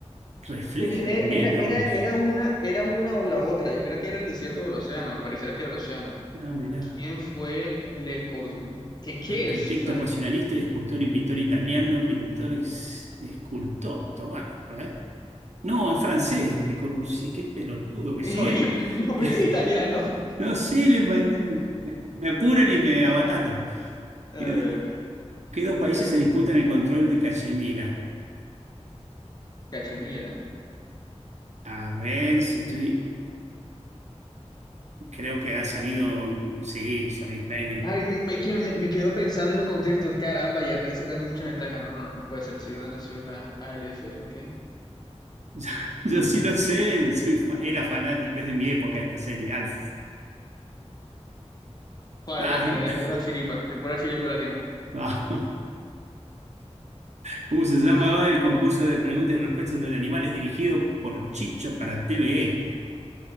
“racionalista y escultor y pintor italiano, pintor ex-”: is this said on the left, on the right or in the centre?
Right